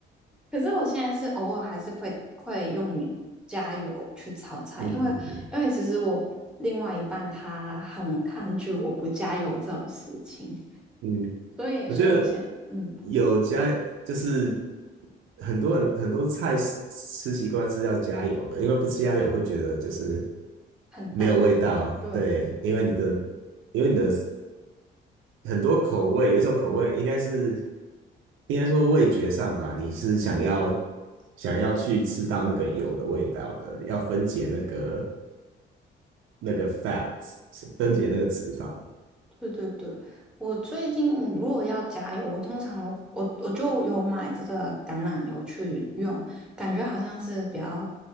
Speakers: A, in the centre; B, on the right.
A: 可是我现在是偶尔还是会会用加油去炒菜，
B: <laughs> 嗯嗯嗯
A: 因为因为其实我另外一半他很抗拒我不加油这种事情，
B: 嗯，
A: 所以所以我先嗯
B: 我觉得有加就是很多人很多菜吃吃习惯是要加油的，因为不吃加油会觉得就是
A: 很淡，
B: 没有味道。
A: 对，
B: 对，因为你的因为你的很多口味，有一种口味应该是应该说味觉上吧，你是想要
A: 嗯
B: 想要去吃到那个油的味道的，要分解那个那个 fat，分解那个脂肪。
A: 嗯。对对对，我最近如果要加油，我通常都我我就有买这个橄榄油去用，感觉好像是比较